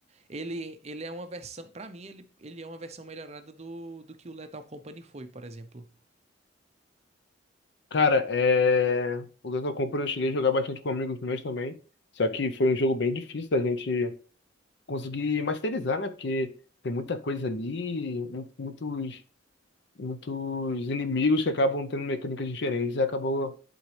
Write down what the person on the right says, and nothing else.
Ele, ele é uma versão, Pra mim, ele, ele é uma versão melhorada do, do que o Lethal Company foi, por exemplo.